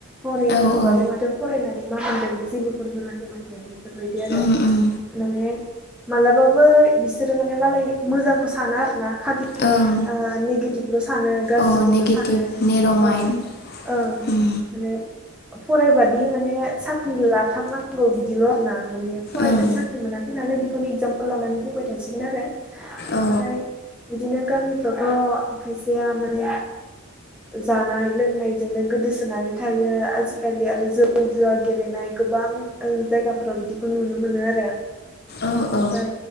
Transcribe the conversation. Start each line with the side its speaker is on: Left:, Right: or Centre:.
Centre: हनै
Left: औ
Centre: उमुगालाय
Left: औ
Centre: माथो फरायनानै मा मोनदों जेबोखौनो मोनाखै माथो बेफोरबायदि आरो।
Left: उम उम
Centre: माने मालाबाबो इसोरो माने मालाय मोजांखौ साना आरोना। खालि
Left: ओं।
Centre: ओ नेगिटिभल' सानो गाज्रिखौल'
Left: अ नेगेटिभ
Centre: सानो
Left: नेर' माइन्ड
Centre: औ ओं।
Left: उम
Centre: माने फरायबादि माने साख्रि लाथारनांगौ बिदिल' आरोना माने फरायनानै
Left: ओं
Centre: साख्रि मोनाखै नालाय बेखौनो एगजामपोल लानानै बुंबाय थांसिगोन आरो ओमफ्राय
Left: औ
Centre: बिदिनो गामिफ्रावथ' खायसेया माने जानाय लोंनायजोंनो गोदोसोनानै थायो आजिखालि आरो जौ जुवा गेलेनाय गोबां ओ जायगाफोराव बिदिखौ नुनो मोनो आरो
Left: औ
Centre: ओमफ्राय
Left: औ